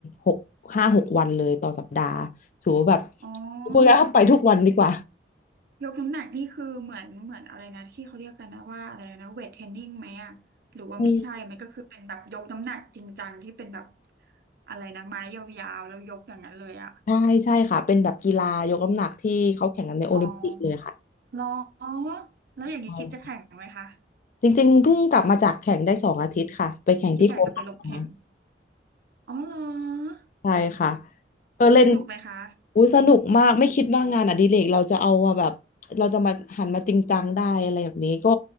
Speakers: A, on the left; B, on the right.
A: หกห้าหกวันเลยต่อสัปดาห์ถือว่าแบบ
B: อ๋อ
A: คุยกันเข้าไปทุกวันดีกว่า
B: ยกน้ำหนักนี่คือเหมือนเหมือนอะไรนะที่เขาเรียกกันนะว่าอะไรนะเวทเทรนนิ่งไหมอะหรือว่าไม่ใช่มันก็คือเป็นแบบยกน้ำหนักจริงจังที่เป็นแบบ
A: อืม
B: อะไรนะไม้ยาวๆแล้วยกอย่างนั้นเลยอะ
A: ใช่ใช่ค่ะเป็นแบบกีฬายกน้ำหนักที่เขาแข่งกันในโอลิมปิกเลยค่ะ
B: อ๋อเหรอแล้วอย่างนี้คิดจะแข่งไหมคะ
A: ใช่จริงๆเพิ่งกลับมาจากแข่งได้สองอาทิตย์ค่ะไปแข่งที่โคนาชมา
B: คิดอยากจะไปลงแข่งอ๋อเหรอ
A: ใช่ค่ะเออเล่น
B: สนุกไหมคะ
A: อุ้ยสนุกมากไม่คิดว่างานอดิเรกเราจะเอามาแบบเราจะมาหันมาจริงจังได้อะไรแบบนี้ก็